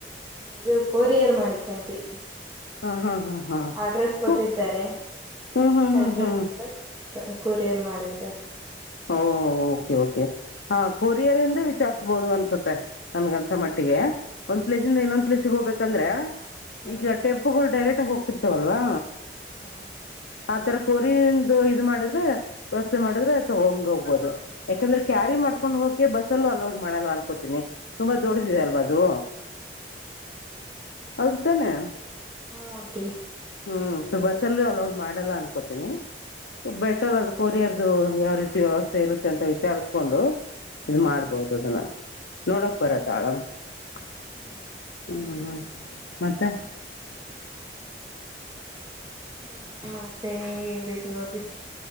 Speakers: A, on the right; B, on the left.
A: ಇದು ಕೋರಿಯರ್ ಮಾಡಿದ್ರು ಆಂಟಿ.
B: ಹಾ ಹಾ ಹಾ ಹಾ
A: ಅಡ್ರೆಸ್ ಕೊಟ್ಟಿರ್ತಾರೆ
B: ಸುಕ್ ಹ್ಮ್ ಹ್ಮ್ ಹ್ಮ್
A: ಅಡ್ರೆಸ್
B: ಹ್ಮ್
A: ಕೊಡ್ತಾ ಕೊರಿಯರ್ ಮಾಡಿರ್ತಾರೆ.
B: ಓ ಓಕೆ ಓಕೆ ಹಾ ಕೊರಿಯರಿಂದ ವಿಚಾರ್ಸ್ಬೋದು ಅನ್ಸುತ್ತೆ. ನನಗೆ ಅನ್ನಿಸೋಮಟ್ಟಿಗೆ
A: ಹ್ಮ
B: ಒಂದ್ ಪ್ಲೇಸಯಿಂದ ಇನ್ನೊಂದ್ ಪ್ಲೇಸ್ಗೆ ಹೋಗಬೇಕಂದ್ರೆ.
A: ಹ್ಮ್
B: ಈಗ ಟೆಂಪೋಗಳು ಡೈರೆಕ್ಟ್ ಆಗಿ ಹೋಗ್ತಿರ್ತಾವಲ್ವಾ.
A: <inaudible>
B: ಆತರ ಕೊರಿಯಂದು ಇದು ಮಾಡಿದ್ರೆ ವ್ಯವಸ್ಥೆ ಮಾಡಿದ್ರೆ ತಗೊಂಡು ಹೋಗ್ಬೋದು. ಯಾಕಂದ್ರೆ ಕ್ಯಾರಿ ಮಾಡ್ಕೊಂಡ್ ಹೋಗಕೆ ಬಸ್ಸಲ್ಲೂ ಅಲೌಡ್ ಮಾಡಲ ಅನ್ಕೋತೀನಿ. ತುಂಬಾ ದೊಡ್ಡದಿದೆ
A: ಹ್ಮ್
B: ಅಲ್ವಾ ಅದು ಹೌದುತಾನೆ
A: ಹು ಆಂಟಿ.
B: ಹ್ಮ್ ಸೊ ಬಸ್ಸಲ್ಲೂ ಅಲೌಡ್ ಮಾಡಲ್ಲ ಅನ್ಕೋತೀನಿ. ಬೆಟರ್ ಅದು ಕೋರಿಯರ್ದು ಯಾವ ರೀತಿ ವ್ಯವಸ್ಥೆ ಇರುತ್ತೆ ಅಂತ ವಿಚಾರೀಸ್ಕೊಂಡು. ಇದು
A: ಹ್ಮ್
B: ಮಾಡ್ಬೋದು ಅದನ್ನ ನೋಡಕ್ ಬರುತ್ತೆ <unintelligible>
A: ಹ್ಮ್
B: ಹ್ಮ್ ಹ್ಮ್ ಮತ್ತೆ
A: ಹ್ಮ ಮತ್ತೆ ಹೇಳ್ಬೇಕು ನೋಡ್ರಿ.